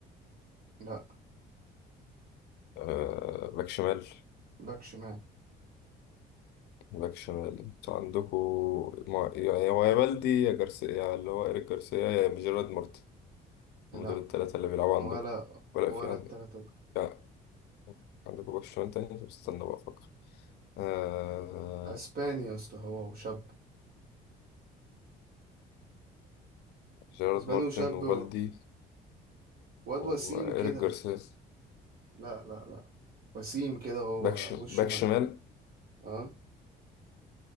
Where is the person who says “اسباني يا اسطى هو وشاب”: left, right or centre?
Right